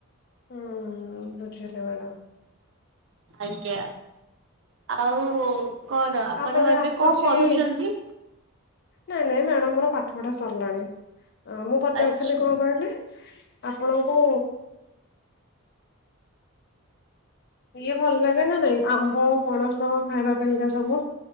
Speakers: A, on the left; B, on the right.
A: ହୁଁ ବୁଝିଲି ମ୍ୟାଡ଼ାମ୍।
B: ଆଜ୍ଞା ଆଉ କଣ ଆପଣ
A: ତାପରେ
B: ଏବେ
A: ଆସୁଛି
B: କଣ ପଢୁଛନ୍ତି?
A: ନାଇଁ ନାଇଁ ମ୍ୟାଡାମ୍ ମୋର ପାଠ ପଢ଼ା ସରିଲାଣି ମୁଁ ପଚାରୁଥିଲି
B: ଆଚ୍ଛା
A: କଣ କହିଲେ ଆପଣଙ୍କୁ ଇଏ ଭଲ ଲାଗେ ନା ନାଇଁ ଆମ୍ବ, ପଣସ ଖାଇବା ପାଇଁକା ସବୁ।